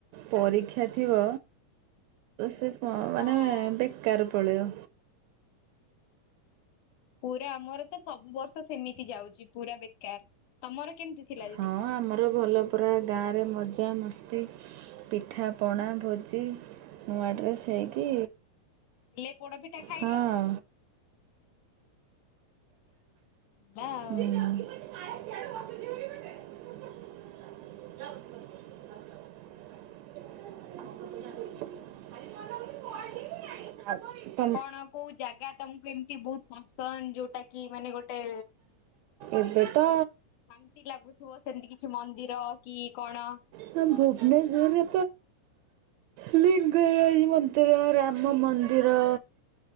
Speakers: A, on the right; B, on the left.
A: ପରୀକ୍ଷା ଥିବ ସେ ମାନେ
B: ହଁ
A: ବେକାରର ପଲେଇବ।
B: ପୁରା ଆମର ତ ସବୁ ବର୍ଷ ସେମିତି ଯାଉଛି ପୁରା ବେକାର ତମର କେମିତି ଥିଲା? ଦିଦି
A: ହଁ-ଅ-ଅ ଆମର ଭଲ ପୁରା ଗାଆଁରେ ମଜା ମସ୍ତି। ପିଠାପଣା ଭୋଜି ନୂଆ ଡ୍ରେସ୍ ହେଇକି
B: ହେଲେ ପୋଡପିଠା ଖାଇଲ?
A: ହଁ
B: ହେଲା
A: ବିରିୟାନୀ
B: ଆଉ
A: <unintelligible>
B: କଣ କୋଉ ଜାଗା ତମକୁ ଏମିତି ବହୁତ ପସନ୍ଦ ଯୋଉଟା କି ମାନେ ଗୋଟେ
A: ଏବେ ତ
B: ଶାନ୍ତି ଲାଗୁଥିବ ସେମିତି କିଛି ମନ୍ଦିର କି କଣ?
A: ମ୍ୟାମ୍ ଭୁବନେଶ୍ୱରରେ ତ ଲିଙ୍ଗରାଜ ମନ୍ଦିର, ରାମ ମନ୍ଦିର